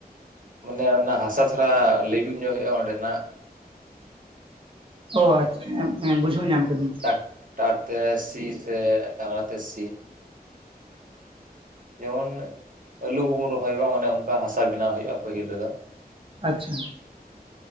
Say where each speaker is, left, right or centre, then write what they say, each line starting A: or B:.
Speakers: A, on the right; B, on the right.
A: ᱢᱟᱱᱮ ᱚᱱᱟ ᱦᱟᱥᱟ ᱫᱷᱟᱨᱟ ᱞᱟᱹᱵᱤᱫ ᱧᱚᱜ ᱦᱩᱭᱩᱜᱼᱟ ᱚᱸᱰᱮᱱᱟᱜ
B: ᱚ ᱟᱪᱪᱷᱟ ᱦᱮᱸ ᱵᱩᱡᱷᱟᱹᱣ ᱧᱟᱢ ᱟᱠᱟᱫᱤᱧ ᱾
A: ᱴᱟᱠᱴᱟᱨ ᱛᱮ ᱥᱤ ᱥᱮ ᱰᱟᱝᱨᱟ ᱛᱮ ᱥᱤ ᱾ ᱡᱮᱢᱚᱱ ᱟᱹᱞᱩ ᱠᱚᱵᱚᱱ ᱨᱚᱦᱚᱭ ᱵᱟᱝ ᱚᱱᱮ ᱚᱱᱠᱟ ᱦᱟᱥᱟ ᱵᱮᱱᱟᱣ ᱦᱩᱭᱩᱜᱼᱟ ᱯᱟᱹᱦᱤᱞ ᱨᱮᱫᱚ ᱾
B: ᱟᱪᱪᱷᱟ ᱾